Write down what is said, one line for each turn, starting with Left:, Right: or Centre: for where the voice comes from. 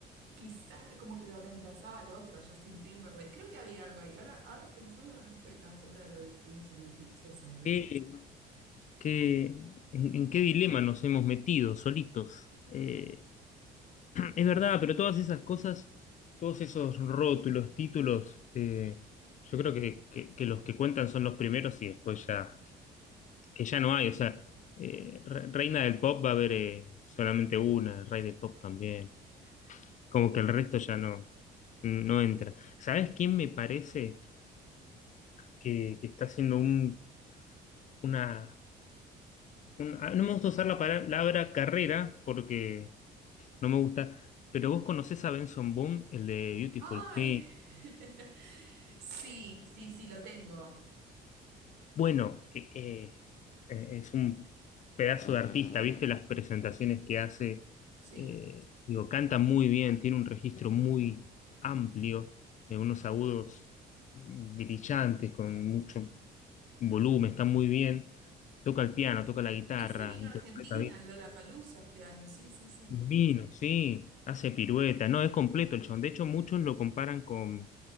Right: quizás como que lo reemplazaba al otro, a Justin Timberlake. Creo que había algo ahí. Ahora, ahora pensándolo no no estoy tan segura de lo del príncipe y princesa, pero...
Left: qué, qué- en, en qué dilema nos hemos metido solitos. Eh, Es verdad, pero todas esas cosas, todos esos rótulos, títulos, eh, yo creo que, que- que los que cuentan son los primeros y después ya, que ya no hay. O sea, eh, re- reina del pop va a haber eh, solamente una, rey del pop también. Como que el resto ya no, no entra. ¿Sabes quién me parece que, que está haciendo un, una, un- ah, No me gusta usar la palabra carrera porque no me gusta, pero vos conocés a Benson Boone, el de Beautiful
Right: ¡Ay!
Left: Thing.
Right: <laughs> Sí, sí, sí, lo tengo.
Left: Bueno, eh, eh, eh, es un pedazo de artista, ¿viste las presentaciones que hace?
Right: Sí.
Left: Eh, digo, canta muy bien, tiene un registro muy amplio, eh, unos agudos brillantes, con mucho volumen, está muy bien. Toca el piano, toca la guitarra,
Right: Ese vino
Left: interpreta
Right: a Argentina,
Left: bien.
Right: en Palusa este año. Sí, sí, sí.
Left: Vino, sí, hace pirueta, no, es completo el chabón. De hecho,
Right: Mm.
Left: muchos lo comparan con